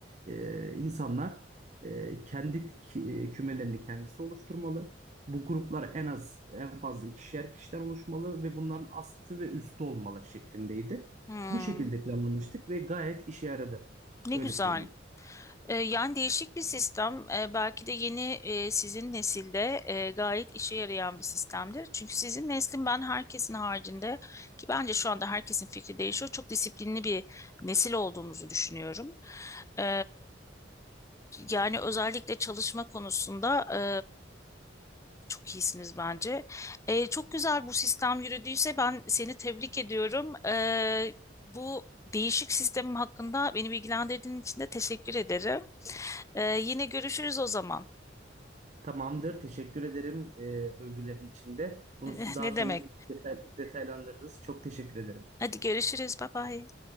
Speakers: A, on the right; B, on the left.
A: E, insanlar e, kendi kü- e, kümelerini kendisi oluşturmalı. Bu gruplar en az en fazla ikişer kişiden oluşmalı ve bunların astı ve üstü olmalı şeklindeydi.
B: Hı.
A: Bu şekilde planlamıştık ve gayet işe yaradı.
B: Ne
A: Öyle
B: güzel.
A: söyleyeyim.
B: E, Yani değişik bir sistem. E, Belki de yeni e, sizin nesilde e, gayet işe yarayan bir sistemdir. Çünkü sizin neslin ben herkesin haricinde ki bence şu anda herkesin fikri değişiyor. Çok disiplinli bir nesil olduğumuzu düşünüyorum. E, Yani özellikle çalışma konusunda e, çok iyisiniz bence. E, Çok güzel bu sistem yürüdüyse ben seni tebrik ediyorum. E, Bu değişik sistemim hakkında beni bilgilendirdiğin için de teşekkür ederim. Ee, yine görüşürüz o zaman.
A: Tamamdır. Teşekkür ederim e, övgülerin içinde. Bunu
B: <laughs>
A: daha
B: Ne
A: sonra
B: demek?
A: detay- detaylandırırız. Çok teşekkür ederim.
B: Hadi görüşürüz. Bye bye.